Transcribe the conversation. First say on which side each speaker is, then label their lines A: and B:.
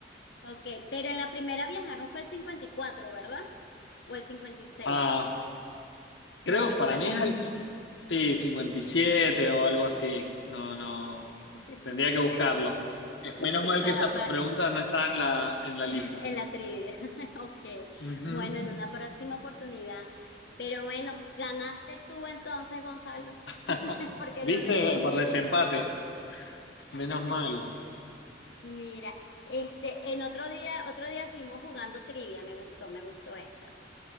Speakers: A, on the left; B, on the left.
A: Ok, pero en la primera viajaron fue el cincuenta y cuatro, ¿verdad? O el 56.
B: Ah,
A: no
B: Creo,
A: recuerdas.
B: para mí es al, sí, 57 o algo así. No, no.
A: <laughs>
B: Tendría que buscarlo. Es menos
A: Sí,
B: mal
A: para,
B: que esa
A: para,
B: pregunta no está en la, en la
A: <laughs> en
B: lista.
A: la trivia. <laughs> Ok,
B: Ujú.
A: bueno, en una próxima oportunidad. Pero bueno, ganaste tú entonces, Gonzalo,
B: <laughs>
A: <laughs> porque
B: ¿Viste?
A: no respondí
B: Por desempate.
A: bien. <laughs>
B: Menos mal.
A: Mira, este, en otro día, otro día seguimos jugando trivia, me gustó, me gustó esta.